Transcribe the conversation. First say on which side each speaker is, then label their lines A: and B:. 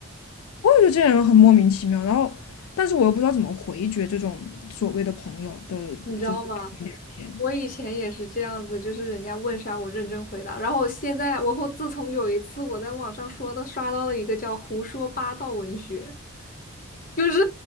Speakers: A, on the left (about 75°); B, on the left (about 35°).
A: 我也觉得这些人很莫名其妙，然后但是我又不知道怎么回绝这种所谓的朋友的这样的聊天。
B: 你知道吗？我以前也是这样子，就是人家问啥我认真回答。然后我现在，我后自从有一次我在网上说的刷到了一个叫“胡说八道文学”，就是